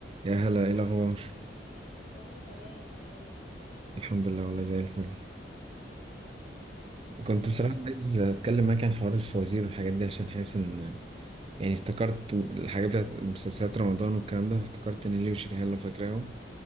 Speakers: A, on the right; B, on the left.
A: يا هلا ايه الاخبار
B: بقول له تمام عامل ايه
A: الحمد لله والله زي الفل كنت بصراحه
B: ايه
A: الحمد لله عايز اتكلم معاك عن حوار الفوازير والحاجات دي عشان حاسس ان يعني افتكرت الحاجات بتاعت مسلسلات رمضان والكلام ده فافتكرت نيلي وشريهان لو فاكراهم